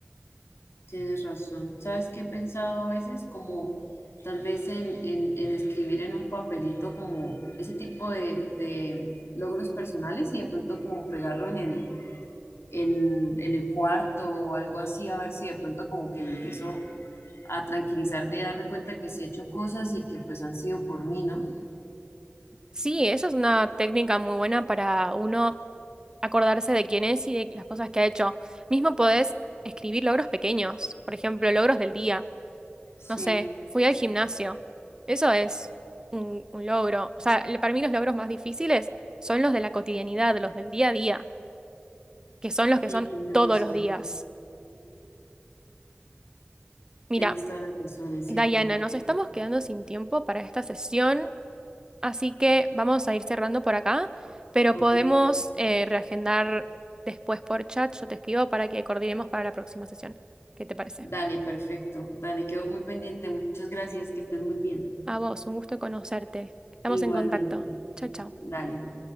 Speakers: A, on the left; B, on the right.
A: Tienes razón. ¿Sabes qué he pensado a veces? Como tal vez en, en, en escribir en un papelito como ese tipo de, de logros personales y de pronto como pegarlo en el, en, en el cuarto o algo así, a ver si de pronto como que me empiezo a tranquilizar de darme cuenta que sí he hecho cosas y que pues han sido por mí, ¿no?
B: Sí, eso es una técnica muy buena para uno acordarse de quién es y de las cosas que ha hecho. Mismo podés escribir logros pequeños, por ejemplo, logros del día.
A: Sí,
B: No sé, fui al gimnasio. Eso es un, un logro. O sea, le- para mí los logros más difíciles son los de la cotidianidad, los del día a día, que son los que
A: sí,
B: son
A: tienes
B: todos
A: razón.
B: los días. Mira,
A: Tienes toda la razón, es cierto.
B: Diana, nos estamos quedando sin tiempo para esta sesión. Así que vamos a ir cerrando por acá, pero
A: Ok,
B: podemos eh, reagendar después por chat. Yo te escribo para que coordinemos para la próxima sesión. ¿Qué te parece?
A: dale, perfecto. Dale, quedo muy pendiente. Muchas gracias, que estés muy bien.
B: A vos, un gusto conocerte. Estamos
A: Igualmente.
B: en contacto. Chao, chao.
A: Dale.